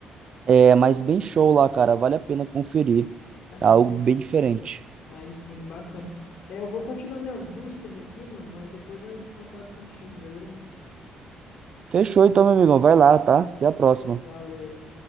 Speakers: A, on the right; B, on the left.
A: É, mas bem show lá, cara. Vale a pena conferir.
B: Aí
A: É algo
B: sim,
A: bem diferente.
B: aí sim, bacana. É, eu vou continuar minhas buscas aqui, mano, mas depois eu entro em contato contigo, beleza?
A: Fechou então, meu amigão. Vai lá, tá? Até a próxima.
B: Valeu.